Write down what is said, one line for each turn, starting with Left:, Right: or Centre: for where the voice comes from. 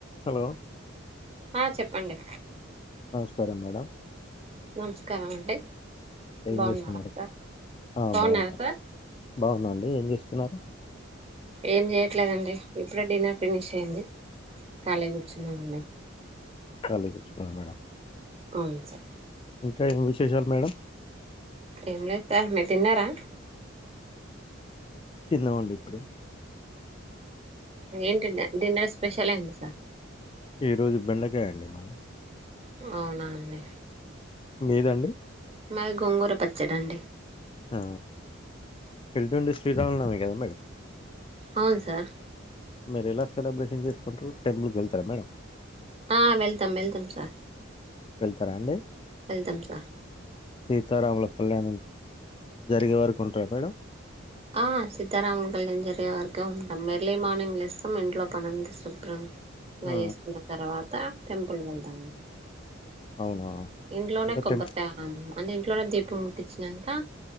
Left: హలో
Right: ఆ చెప్పండి
Left: నమస్కారం మేడం
Right: నమస్కారం అండి
Left: ఏం
Right: బాగున్నారా
Left: చేస్తున్నారు
Right: సార్
Left: ఆ
Right: బాగున్నారా
Left: బాగున్నా
Right: సార్
Left: బాగుందండి ఏం చేస్తు స్తున్నాం
Right: ఏం చేయట్లేదండి ఇప్పుడే డిన్నర్ ఫినిష్ అయింది. కాలిగా కూర్చున్నామండి.
Left: ఖాళీగా కూర్చున్నారా మేడం.
Right: అవును సార్
Left: ఇంకా ఏం విశేషాలు మేడం.
Right: ఏం లేదు సార్ మీరు తిన్నారా?
Left: తిన్నామండి ఇప్పుడే
Right: ఏంటి డిన్నర్ స్పెషలే ఏంటి సార్?
Left: ఈ రోజు బెండకాయ అండి మాది.
Right: అవునాండి
Left: మీదండి
Right: అ గోంగూర పచ్చడండి.
Left: ఆ వెళ్తుండే శ్రీరామనవమి కదా మేడం.
Right: అవును సార్.
Left: మీరు ఎలా సెలబ్రేషన్ చేసుకుంటారు. టెంపుల్కి వెళ్తారా మేడం.
Right: ఆ వెళ్తాం వెళ్తాం సార్
Left: వెళ్తారా అండి.
Right: వెల్తమ్ సార్
Left: సీతారాముల కళ్యాణం జరిగే వరకు ఉంటార మేడం.
Right: ఆ సీతారాముల కళ్యాణం జరిగే వరకే ఉంటాం. ఎర్లీ మార్నింగ్ లెస్తాం ఇంట్లో పనంత శుభ్రం ఇ
Left: ఆ
Right: వేసుకున్న తర్వాత టెంపుల్కి వెళ్తాము.
Left: అవునా
Right: ఇంట్లోనే
Left: అంటే
Right: కొబ్బరికాయ
Left: టెంపుల్
Right: అన్నాను. అంటే ఇంట్లో కూడా దీపం పుట్టించినాంకా